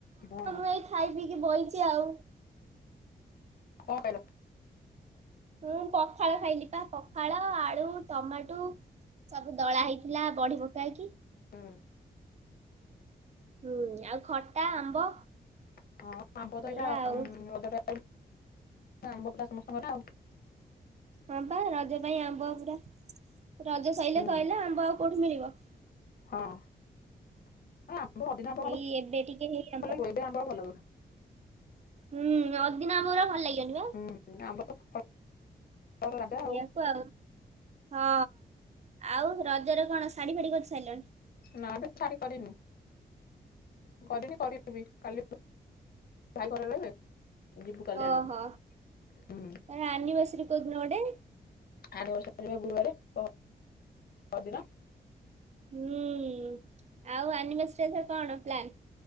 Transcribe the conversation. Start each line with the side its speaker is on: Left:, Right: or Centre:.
Left: ବୋଉ।
Right: ହେଇ ଖାଇ ପିଇକି ବଇଚି ଆଉ।
Left: କଣ ଖାଇଲ?
Right: ମୁଁ ପଖାଳ ଖାଇଲି ପା ପଖାଳ ଆଳୁ, ଟମାଟୁ। ସବୁ ଦଳା ହେଇଥିଲା ବଢି ପକାହେଇକି।
Left: ହୁଁ।
Right: ହୁଁ ଆଉ ଖଟା, ଆମ୍ବ।
Left: <unintelligible>
Right: ଏଇଆ ଆଉ। ହଁ ବା ରଜ ପାଇଁ ଆମ୍ବ ପୁରା ରଜ ସଇଲେ
Left: ହୁଁ
Right: ସଇଲା। ଆମ୍ବ ଆଉ କୋଉଠି ମିଳିବ।
Left: ହଁ <unintelligible>
Right: ଏଇ ଏବେ ଟିକେ ହେଇ ଆମ୍ବ। ହୁଁ ଅଦିନ ଆମ୍ବ ଗୁରା ଭଲ ଲାଗିବନି ବା।
Left: ହୁଁ ଆମ୍ୱ ତ ଫଳର ରାଜା
Right: ସେଆକୁୁ ଆଉ ହଁ ଆଉ ରଜରେ କଣ ଶାଢୀ ଫାଢି କରି ସାରିଲଣି?
Left: ନା ଏବେ ଶାଢି କରିନି। କରନି କରିବି କାଲି <unintelligible> ଯିବୁ କାଲି
Right: ଓହୋ।
Left: ଆଣିବାକୁ ହୁଁ
Right: ଆନିବର୍ସରୀ କେଉଦିନ ଗୋଟେ?
Left: ଆନିବର୍ସରୀ ଗୁରୁବାରେ ପରଦିନ।
Right: ହୁଁ ଆଉ ଆନିଵର୍ସରୀ ଏଥର କଣ ପ୍ଲାନ୍?